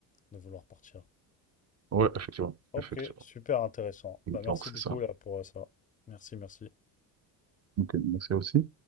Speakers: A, on the left (about 20°); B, on the right (about 35°).
A: de vouloir partir.
B: Ouais, effectivement.
A: Ok,
B: Effectivement.
A: super intéressant. Bah, merci
B: Donc, c'est
A: beaucoup
B: ça.
A: là pour euh, ça. Merci, merci.
B: Ok, merci aussi.